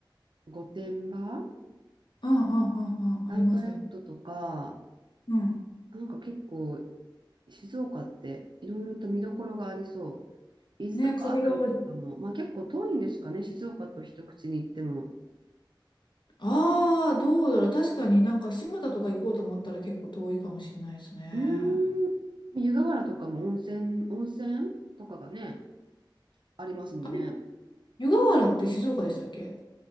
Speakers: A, on the right; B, on the left.
A: 御殿場
B: んうんうんうん。
A: アウトレットとか、
B: あります、あります。うん。
A: なんか結構、静岡っていろいろと見どころがありそう。伊豆とか熱海とかも、
B: ね、掛川城。
A: まあ結構遠いんですかね、静岡と一口に行っても。
B: ああ、どうだろう。確かになんか島田とか行こうと思ったら結構遠いかもしれないですね。
A: うん、うーん湯河原とかも温泉、温泉とかがね、ありますもんね。
B: あれ、湯河原って静岡でしたっけ